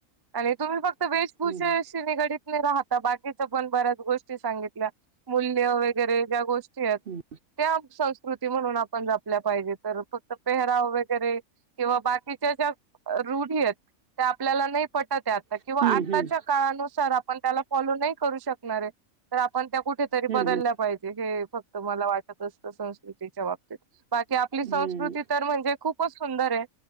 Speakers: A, on the right (about 25°); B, on the right (about 50°).
A: आणि तुम्ही
B: वाटली.
A: फक्त वेशभूषेशी
B: हं, हं.
A: निगडत नाही राहता बाकीच्या पण बऱ्याच गोष्टी सांगितल्या मूल्य वै वगैरे ज्या गोष्टी आहेत.
B: हं,
A: त्या संस्कृती म्हणून आपण जपल्या पाहिजे तर फक्त पेहराव वगैरे किंवा बाकी त्या ज्या रूढी त्या आपल्याला नाही पटत आता
B: म्हणजे
A: किंवा
B: हं,
A: आताच्या
B: हं.
A: काळानुसार आप त्याला फॉलो नाही करू शकणार हे आपण त्या कुठेतरी
B: आहे.
A: बदल्याप
B: हं, हं.
A: हे फक्त मला वाटत असत संस्कृती <unintelligible> तीच्या बाबतीत बाकी आपली
B: हम्म.
A: संस्कृती तर म्हणजे खूपच सुंदर हे.